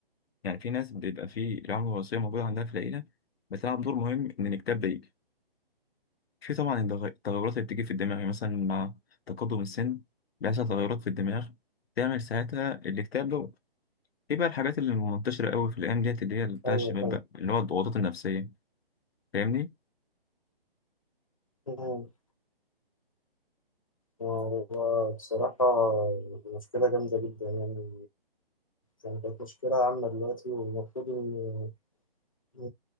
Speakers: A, on the left; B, on the left.
A: يعني في ناس بيبقى في العوامل الوراثيه موجوده عندها في العيله بتلعب دور مهم ان الاكتئاب ده يجي في طبعا التغ- التغيرات اللي بتيجي في الدماغ يعني مثلا مع تقدم السن بيحصل تغيرات في الدماغ تعمل ساعتها الاكتئاب ده في بقى الحاجات اللي منتشره قوي في الايام ديت اللي هي بتاع
B: أيوه
A: الشباب بقى اللي هو الضغوطات النفسيه فاهمني
B: فاهم هو بصراحة مشكلة جامدة جدا يعني يعني كانت مشكلة عامة دلوقتي والمفروض إن إن-